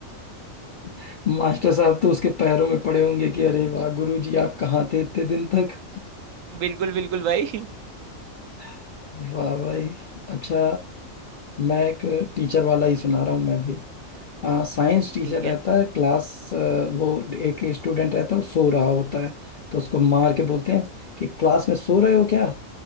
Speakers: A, on the left; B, on the right.
A: <laughs> मास्टर साहब तो उसके पैरों में पड़े होंगे कि अरे वाह गुरुजी आप कहाँ थे इतने दिन तक
B: बिल्कुल बिल्कुल भाई <laughs>
A: <laughs> वाह भाई अच्छा मैं एक टीचर वाला ही सुना रहा हूँ मैं भी आ, साइंस टीचर
B: ठीक
A: रहता
B: है
A: है क्लास आ, वो एक स्टूडेंट रहता है वो सो रहा होता है तो उसको मार के बोलते हैं कि क्लास में सो रहे हो क्या